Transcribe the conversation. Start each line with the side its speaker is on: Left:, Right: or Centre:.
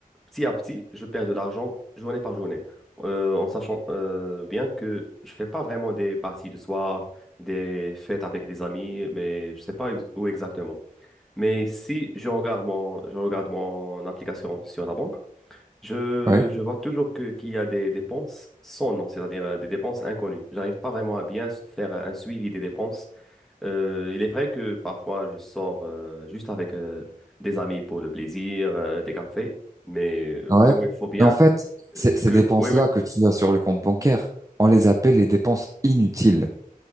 Centre: petit à petit, je perds de l'argent journée par journée, Euh, en sachant euh, bien que je fais pas vraiment des parties de soir, des fêtes avec des amis, mais je sais pas ex- où exactement. Mais si je regarde mon, je regarde mon application sur la banque, je,
Right: ouais,
Centre: je vois toujours que, qu'il y a des dépenses sans nom, c'est-à-dire euh, des dépenses inconnues. J'arrive pas vraiment à bien s- faire euh, un suivi des dépenses. Euh, il est vrai que parfois je sors euh, juste avec euh, des amis pour le plaisir, euh, des cafés, mais euh,
Right: ouais.
Centre: vraiment il faut bien
Right: Mais en fait, ces
Centre: euh,
Right: ces
Centre: que...
Right: dépenses-là
Centre: Oui, oui,
Right: que tu as sur le compte bancaire, on les appelle les dépenses inutiles.